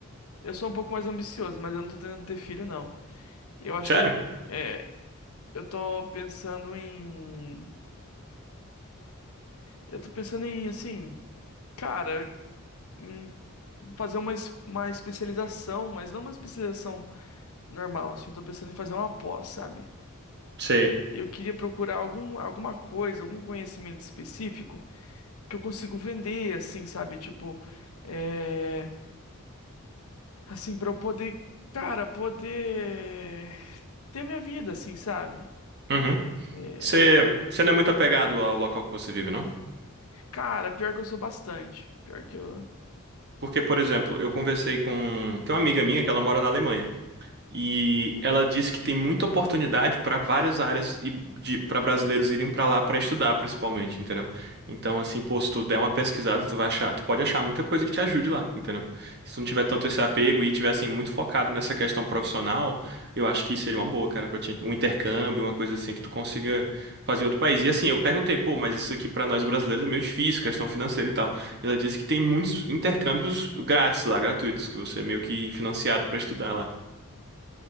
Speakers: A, on the left; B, on the right.
A: Eu sou um pouco mais ambicioso, mas eu não tô tentando ter filho, não. Eu acho
B: Sério?
A: que, é, eu tô pensando em. Eu tô pensando em, assim, cara, em fazer uma, es- uma especialização, mas não uma especialização normal, assim. Eu tô pensando em fazer uma pós, sabe?
B: Sei.
A: Eu queria procurar algum, alguma coisa, algum conhecimento específico que eu consigo vender, assim, sabe? Tipo, é... assim, pra eu poder, cara, poder ter minha vida, assim, sabe?
B: Uhum.
A: É,
B: Você, você não é muito apegado ao local que você vive, não?
A: Cara, pior que eu sou bastante. Pior que eu.
B: Porque, por exemplo, eu conversei com, tem uma amiga minha que ela mora na Alemanha. E ela disse que tem muita oportunidade para várias áreas e de para brasileiros irem para lá para estudar, principalmente, entendeu? Então, assim, pô, se tu der uma pesquisada, tu vai achar, tu pode achar muita coisa que te ajude lá, entendeu? Se tu
A: Hum.
B: não tiver tanto esse apego e tiver assim muito focado nessa questão profissional, eu acho que seria uma boa, cara, para ti. Um intercâmbio, uma coisa assim que tu consiga fazer em outro país. E assim, eu perguntei, pô, mas isso aqui para nós brasileiros é meio difícil, questão financeira e tal. E ela disse que tem muitos intercâmbios grátis lá, gratuitos, que você é meio que financiado para estudar lá.